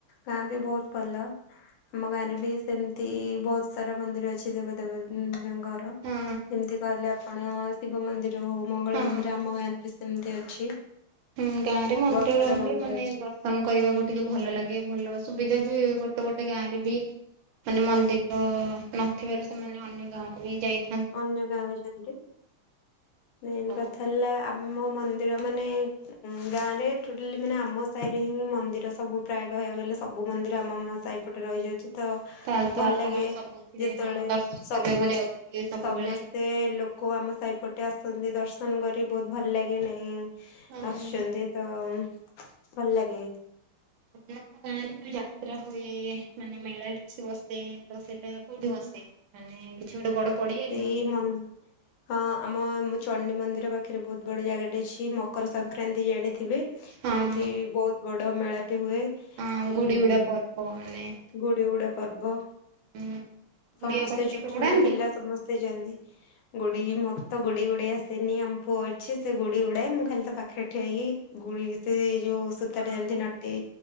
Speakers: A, on the left; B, on the right.
A: ଗାଁ ବି ବହୁତ ଭଲ ଆମ ଗାଁ ରେ ବି ସେମତି ବହୁତ ସାରା ମନ୍ଦିର ଅଛି ଦେବ ଦେବ ଙ୍କର।
B: ହଁ
A: ଯେମିତି କହିଲେ ଆପଣ ଶିବ ମନ୍ଦିର ହଉ ମଙ୍ଗଳ
B: ହଁ
A: ମନ୍ଦିର ଆମ ଗାଁରେ ସେମିତି ଅଛି।
B: ହୁଁ ଗାଁରେ ମନ୍ଦିର
A: ବହୁତ ସାରା
B: ରହିଲେ
A: ମନ୍ଦିର
B: ମାନେ
A: ଅଛି
B: ଦର୍ଶନ କରିବାକୁ ଟିକେ ଭଲ ଲାଗେ। ଭଲ ସୁବିଧା ବି ଗୋଟେ ଗୋଟେ ଗାଁ ରେ ବି ମାନେ ମନ୍ଦିର ନ ଥିବାରୁ ସେମାନେ ଅନ୍ୟ ଗାଁକୁ ବି ଯାଇ
A: ଅନ୍ୟ ଗାଁକୁ ଯାନ୍ତି। ମେନ୍
B: ହଉ
A: କଥା ହେଲା ଆମ ମନ୍ଦିର ମାନେ ଗାଁ ରେ ଟୋଟାଲି ମାନେ ଆମ ସାହି ହିଁ ମନ୍ଦିର ସବୁ ପ୍ରାୟ କହିବାକୁ ଗଲେ ସବୁ ମ ମନ୍ଦିର ଆମ ମ ସାଇପଟେ ରହିଯାଉଛି। ତ
B: ତାହେଲେ ତ
A: ଭଲ
B: ଆପଣ
A: ଲାଗେ,
B: ସବୁଥିରେ
A: ଯେତେବେଳେ
B: ହଁ ଦର୍ଶନ
A: ସବୁଅସ୍
B: କରିବାକୁ ଯାଉଥିବେ ସବୁବେଳେ।
A: ସମସ୍ତେ ଲୋକ ଆମ ସାହିପଟେ ଆସନ୍ତି ଦର୍ଶନ କରି ବହୁତ ଭଲ ଲାଗେ ନହିଁ।
B: ହଁ
A: ଆସୁଛନ୍ତି ତ ଭଲ ଲାଗେ।
B: ତମ ଗାଁରେ ଯୋଉ ଯାତ୍ରା ହୁଏ ମାନେ ମେଳା କିଛି ବସେ ତ ସେଇଟା କୋଉଠି ବସେ? ମାନେ କିଛି ଗୋଟେ ବଡ ପଡିଆରେ
A: ସେଇ
B: ନା କୋଉଠି?
A: ମ ହଁ ଆମ ମୂଚ ଚଣ୍ଡି ମନ୍ଦିର ପାଖରେ ବହୁତ ବଡ ଜାଗାଟି ଅଛି ମକର ସଂକ୍ରାନ୍ତି ଜାଣିି ଥିବେ
B: ହଁ
A: ସେଇଠି ବହୁତ ବଡ ମେଳାଟି ହୁଏ।
B: ହଁ
A: ଉଁ
B: ଗୁଡି ଉଡା ପର୍ବ ମାନେ
A: ଗୁଡ଼ି ଉଡା ପର୍ବ।
B: ହୁଁ
A: ସମସ୍ତେ
B: ଗୁଡି ଆପଣ
A: ଛୋଟ
B: କେବେ
A: ଛୋଟ
B: ଉଡାନ୍ତି?
A: ପିଲା ସମସ୍ତେ ଯାଆନ୍ତି। ଗୋଡି ମତେ ଗୋଡି ଉଡେଇ ଆସେନି ଆମ ପୁଅ ଅଛି ସେ ଗୋଡି ଉଡାଏ। ମୁଁ ଖାଲି ତ ପାଖରେ ଠିଆଇକି ଗୁ। <unintelligible> ଯୋଉ ସୂତା
B: ହଁ
A: ଟା ଯେମିତି
B: ହଁ।
A: ନଟି